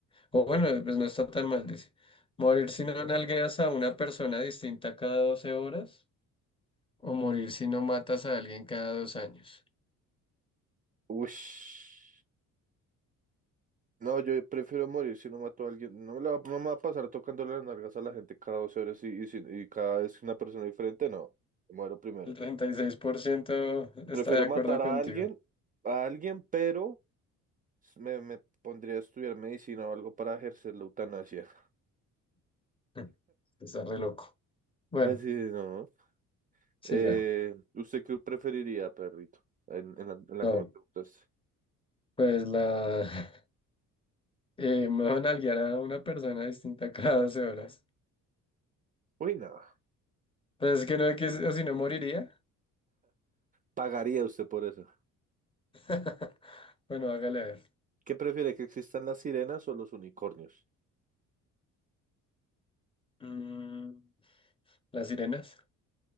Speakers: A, on the left; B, on the right.
A: O bueno, pues no está tan mal, dice. Morir si no nalgueas a una persona distinta cada 12 horas o morir si no matas a alguien cada dos años.
B: Ush. No, yo prefiero morir si no mato a alguien. No, me la- no me va a pasar tocando las nalgas a la gente cada dos horas y, y, si- y cada vez una persona diferente, no. Muero primero.
A: El 36% está
B: Prefiero
A: de
B: matar
A: acuerdo contigo.
B: a alguien, a alguien, pero me, me pondría a estudiar medicina o algo para ejercer la eutanasia. <laughs>
A: <laughs> Está re loco. Bueno,
B: Pues sí, no. ¿no?
A: siga.
B: Eh, ¿usted qué preferiría, perrito? En, en la, en la
A: No,
B: que me preguntaste.
A: pues la... <laughs> Eh, me van a nalguear a una persona distinta cada 12 horas.
B: Uy, no.
A: Pues es que no, que si o si no moriría.
B: ¿Pagaría usted por eso?
A: <laughs> Bueno, hágale a ver.
B: ¿Qué prefiere, que existan las sirenas o los unicornios?
A: Mm, ¿las sirenas?